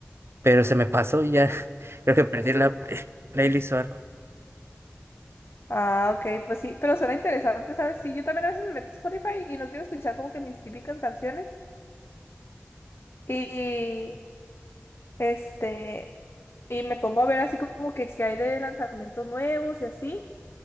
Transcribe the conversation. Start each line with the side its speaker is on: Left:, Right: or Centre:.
Right: pero se me pasó y ya <laughs> creo que perdí la <laughs> playlist o algo.
Left: Ah, ok, pues sí, pero suena interesante, ¿sabes? Sí, yo también a veces me meto a Spotify y no quiero escuchar como que mis típicas canciones y este, y me pongo a ver así como que, que hay de lanzamientos nuevos y así,